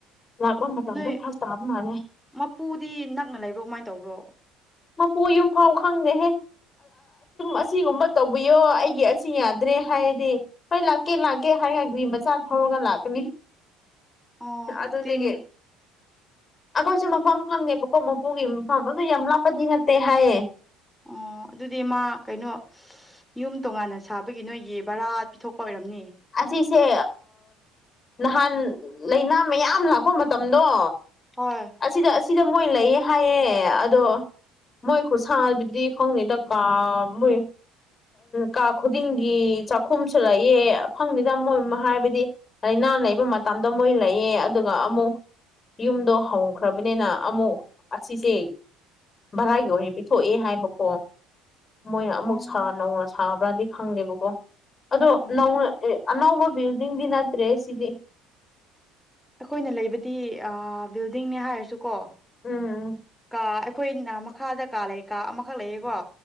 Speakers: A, on the left; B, in the centre.
A: ꯂꯥꯛꯄ ꯃꯇꯝꯗ
B: ꯅꯣꯏ
A: ꯐꯥꯔꯁ ꯇꯥꯕ ꯃꯥꯂꯦ
B: ꯃꯄꯨꯗꯤ ꯅꯛꯅ ꯂꯩꯕ꯭ꯔꯣ ꯀꯃꯥꯏꯅ ꯇꯧꯕ꯭ꯔꯣ
A: ꯃꯄꯨ ꯌꯨꯝꯐꯥꯎ ꯈꯪꯗꯦꯍꯦ ꯑꯁꯤꯒꯨꯝꯕ ꯇꯧꯕꯤꯌꯣ ꯑꯩꯒꯤ ꯑꯁꯤ ꯌꯥꯗ꯭ꯔꯦ ꯍꯥꯏꯔꯗꯤ ꯍꯣꯏ ꯂꯥꯛꯀꯦ ꯂꯥꯛꯀꯦ ꯍꯥꯏꯔꯒ ꯒꯔꯤ ꯃꯆꯥ ꯊꯧꯔꯒ ꯂꯥꯛꯀꯅꯤ
B: ꯑꯣ
A: ꯑꯗꯨꯗꯒꯤ
B: ꯑꯗꯨꯗꯤ
A: ꯑꯩꯈꯣꯏꯁꯨ ꯃꯐꯝ ꯈꯪꯗꯦꯕꯀꯣ ꯃꯄꯨꯒꯤ ꯃꯐꯝ ꯑꯗꯨ ꯌꯥꯝ ꯂꯥꯞꯄꯗꯤ ꯅꯠꯇꯦ ꯍꯥꯏꯌꯦ
B: ꯑꯣ ꯑꯗꯨꯗꯤ ꯃꯥ ꯀꯩꯅꯣ ꯌꯨꯝ ꯇꯣꯉꯥꯟꯅ ꯁꯥꯕꯒꯤ ꯅꯣꯏꯒꯤ ꯕꯔꯥ ꯄꯤꯊꯣꯛꯄ ꯑꯣꯏꯔꯝꯅꯤ
A: ꯑꯁꯤꯁꯦ ꯅꯍꯥꯟ ꯂꯥꯏꯅꯥ ꯃꯌꯥꯝ ꯂꯥꯛꯄ ꯃꯇꯝꯗꯣ
B: ꯍꯣꯏ
A: ꯑꯁꯤꯗ ꯑꯁꯤꯗ ꯃꯣꯏ ꯂꯩꯌꯦ ꯍꯥꯏꯌꯦ ꯑꯗꯣ ꯃꯣꯏ ꯈꯨꯠꯁꯥꯗꯨꯗꯤ ꯈꯪꯗꯦꯗ ꯀꯥ ꯃꯣꯏ ꯀꯥ ꯈꯨꯗꯤꯡꯒꯤ ꯆꯥꯛꯈꯨꯝꯁꯨ ꯂꯩꯑꯦ ꯈꯪꯗꯦꯗ ꯃꯣꯏꯅ ꯍꯥꯏꯕꯗꯤ ꯂꯥꯏꯅꯥ ꯂꯩꯕ ꯃꯇꯝꯗ ꯃꯣꯏ ꯂꯩꯌꯦ ꯑꯗꯨꯒ ꯑꯃꯨꯛ ꯌꯨꯝꯗꯣ ꯍꯣꯡꯈ꯭ꯔꯕꯅꯤꯅ ꯑꯃꯨꯛ ꯑꯁꯤꯁꯦ ꯚꯔꯥꯒꯤ ꯑꯣꯏꯅ ꯄꯤꯊꯣꯛꯑꯦ ꯍꯥꯏꯕꯀꯣ ꯃꯣꯏꯅ ꯑꯃꯨꯛ
B: ꯑꯣ
A: ꯁꯥ ꯅꯧꯅ ꯁꯥꯕ꯭ꯔꯥꯗꯤ ꯈꯪꯗꯦꯕꯀꯣ ꯑꯗꯣ
B: ꯑꯣ
A: ꯅꯧꯅ ꯑꯦ ꯑꯅꯧꯕ ꯕꯤꯜꯗꯤꯡꯗꯤ ꯅꯠꯇ꯭ꯔꯦ ꯁꯤꯗꯤ
B: ꯑꯩꯈꯣꯏꯅ ꯂꯩꯕꯗꯤ ꯑꯥ ꯕꯤꯜꯗꯤꯡꯅꯦ ꯍꯥꯏꯔꯁꯨ ꯀꯣ
A: ꯎꯝ ꯎꯝ
B: ꯀꯥ ꯑꯩꯈꯣꯏꯅ ꯃꯈꯥꯗ ꯀꯥ ꯂꯩ ꯀꯥ ꯑꯃꯈꯛ ꯂꯩꯌꯦꯀꯣ